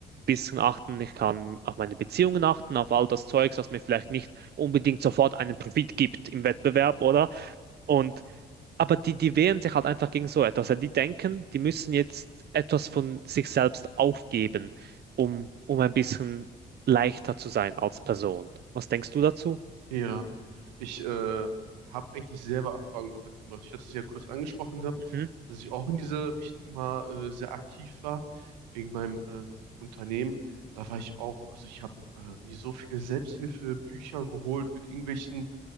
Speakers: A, on the right; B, on the right.
A: bisschen achten. Ich kann auf meine Beziehungen achten, auf all das Zeugs, was mir vielleicht nicht unbedingt sofort einen Profit gibt im Wettbewerb, oder? Und aber die, die wehren sich halt einfach gegen so etwas. Ja, Die denken, die müssen jetzt etwas von sich selbst aufgeben, um, um ein bisschen leichter zu sein als Person. Was denkst du dazu?
B: Ja, ich äh, habe eigentlich selber Erfahrungen damit gemacht. Ich hatte es ja kurz angesprochen gehabt,
A: Mhm.
B: dass ich auch in diese Richtung mal äh, sehr aktiv war, wegen meinem ähm, Unternehmen. Da war ich auch, also ich habe äh, mir so viele Selbsthilfebücher geholt mit irgendwelchen